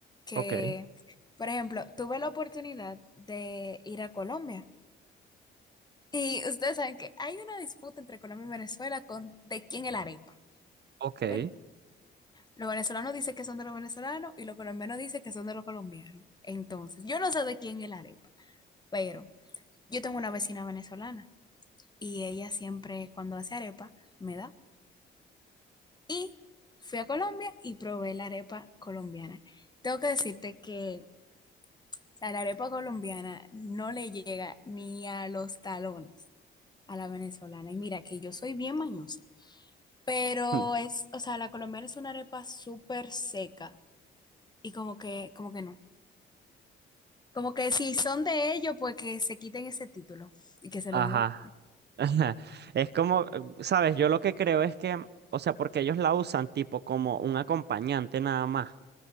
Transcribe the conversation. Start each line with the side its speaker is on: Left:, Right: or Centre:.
Left: que,
Right: Ok,
Left: por ejemplo, tuve la oportunidad de ir a Colombia y ustedes saben que hay una disputa entre Colombia y Venezuela con de quién es la arepa.
Right: ok.
Left: Bueno, los venezolanos dicen que son de los venezolanos y los colombianos dicen que son de los colombianos. Entonces, yo no sé de quién es la arepa, pero yo tengo una vecina venezolana y ella siempre cuando hace arepa me da. Y fui a Colombia y probé la arepa colombiana. Tengo que decirte que o sea, la arepa colombiana no le llega ni a los talones a la venezolana. Y mira que yo soy bien mañosa, pero
Right: hmm,
Left: es, o sea, la colombiana es una arepa súper seca y como que, como que no. Como que si son de ellos, pues que se quiten ese título y que se
Right: Ajá.
Left: lo den. a- otro.
Right: <laughs> Ajá. Es como, eh, ¿sabes? Yo lo que creo es que, o sea, porque ellos la usan tipo como un acompañante nada más.